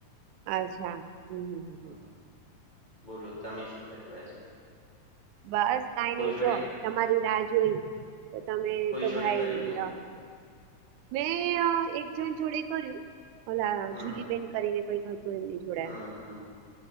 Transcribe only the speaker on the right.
અચ્છા હમ્મ હમ્મ
બસ કાઈ
નઈ
જો તમારી રાહ જોઈ, તો તમે
તો
ભાઈ
મેં એક જણ જોડે કર્યું, ઓલા
જુલી બેેન કરીને કઈ નોતું એમની જોડે,